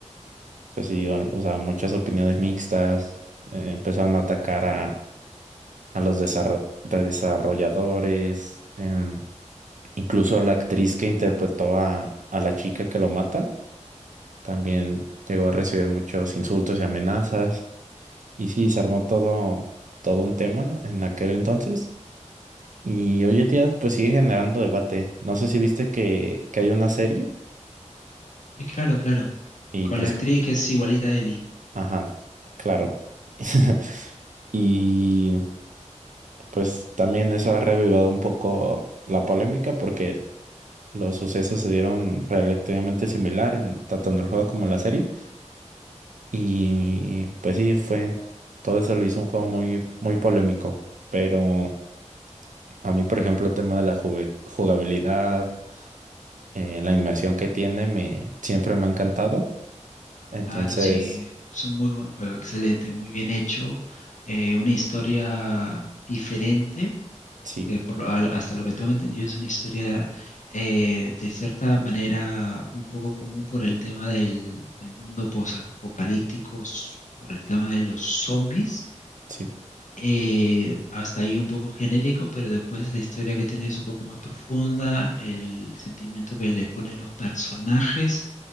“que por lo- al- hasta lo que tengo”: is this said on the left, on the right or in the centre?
Left